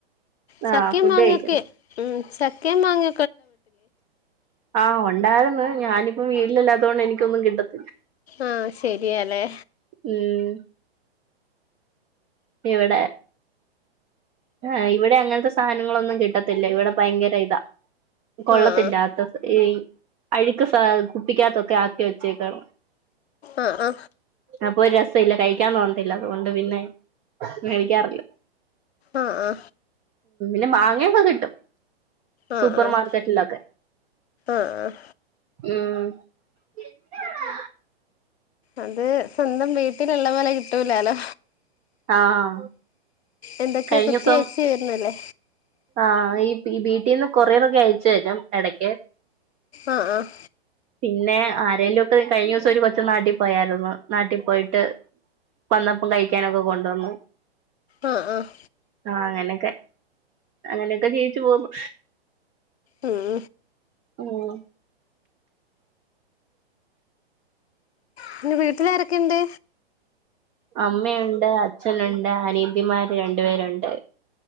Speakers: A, on the left; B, on the right.
A: ചക്കെ
B: ആഹ് ഫുഡ്
A: മാങ്ങക്കെ
B: കഴിക്കുന്നു
A: ഉം ചക്കെ മാങ്ങ
B: ആഹ് ഉണ്ടായിരുന്നു ഞാനിപ്പോ വീട്ടിലല്ലാത കൊണ്ട് എനിക്കൊന്നും കിട്ടത്തി
A: ആഹ് ശരിയാല്ലേ
B: ഉം ഇവിടെ ആ ഇവിടെ അങ്ങനത്തെ സാധനങ്ങളൊന്നും കിട്ടത്തില്ല ഇവിടെ ഭയങ്കര ഇതാ കൊള്ളത്തില്ലാത്ത
A: ആഹ്
B: ഈ അഴുക്ക് സ കുപ്പിക്കാത്തൊക്കെ ആക്കി വെച്ചേക്കാണ്
A: ആഹ് ആഹ്
B: അപ്പോ രസം ഇല്ല കഴിക്ക കഴിക്കാൻ തോന്നത്തില്ല അതുകൊണ്ട് പിന്നെ മേടിക്കാറില്ല
A: ആഹ് ആ
B: ല് മാങ്ങയക്കൊ കിട്ടും
A: ആഹ് ആഹ്
B: സൂപ്പർ
A: ആഹ്
B: മാർക്കറ്റിലൊക്കെ
A: ആഹ്
B: ഉം എന്നാടാ
A: അത് സ്വന്തം വീട്ടിലുള്ള പോലെ കിട്ടൂലാലോ
B: ആഹ്
A: എന്തൊക്കെയോ
B: കഴിഞ്ഞസം
A: കുത്തിവെച്ചു വരണല്ലേ
B: ആഹ് ഈ വീട്ടിൽന്ന് കൊറിയറൊയൊക്കെ അയച്ചു തരും ഇടക്ക്
A: ആഹ് ആഹ്
B: പിന്നെ ആരെങ്കലും ഒക്കെ കഴിഞ്ഞ ദിവസം ഒരു കൊച്ച് നാട്ടിൽ പോയാരുന്നു നാട്ടിൽ പോയിട്ട് വന്നപ്പം കഴിക്കാനൊക്കെ കൊണ്ടുവന്നു
A: ആഹ് ആഹ്
B: ആഹ് അങ്ങനെയൊക്കെ അങ്ങനെയൊക്കെ ജീവിച്ചു പോന്നു
A: ഉം ഉം
B: ഉം
A: പിന്നെ വീട്ടിലാരൊക്കെയുണ്ട്
B: അമ്മയുണ്ട് അച്ഛനുണ്ട് അനിയത്തിമാർ രണ്ടു പേരുണ്ട്